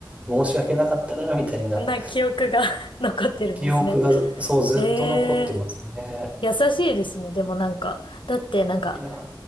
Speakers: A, on the right; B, on the left.
A: 申し訳なかったな、みたいな
B: な記憶が <laughs> 残ってるんですね。
A: 記憶がずそうずっと残ってますね。
B: ええ優しいですね。でもなんか、だってなんか、
A: いや、